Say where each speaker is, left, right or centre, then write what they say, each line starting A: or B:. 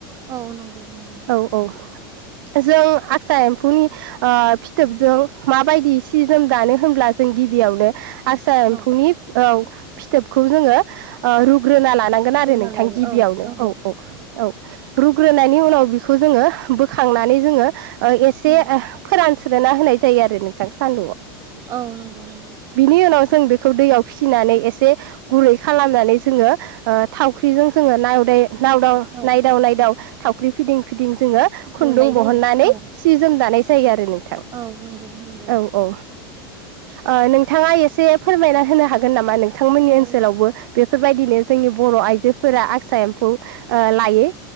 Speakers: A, on the right; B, on the right.
A: औ नंगौ नंगौ।
B: औ औ। जों आतसा एम्फौनि ओ फिथोबजों माबायदि सि जोम दानो होनब्ला जों गिबियावनो आचसा एम्फौनि
A: औ
B: औ फिथोबखौ जोङो रुगो ग्रोना लानांगोन
A: रुना
B: आरो नोंथां
A: लायो
B: गिबियावनो
A: औ नंगौ
B: औ औ औ। रुग्रोनायनि उनाव बिखौ जोङो बोखांनानै जोङो एसे
A: औ
B: फोरान सोलोना होनाय जायो आरो नोंथां सान्दुंआव।
A: औ नंगौ नंगौ।
B: नि उनाव जों बेखौ दैयाव फिसिनानै एसे गुरै खालामनानै जोङो ओ थावख्रिजों जोङो नायदाय नाव दं
A: औ
B: नायदाव नायदाव थावख्रि फिदिं बिदिं जोङो खुन्दुं
A: लुनाय जायो
B: दिहुननानै
A: औ।
B: सि जोम दानाय जायो आरो नोंथां
A: औ नंगौ नंगौ।
B: औ औ। ओ नों थाङा एसे फोरमायना होनो हागोन नामा नों थांमोननि
A: औ
B: ओनसोलावबो बे बेफोरबायदिनो जोंनि बर' आइजोफोरा आसा एम्फौ ओ लायो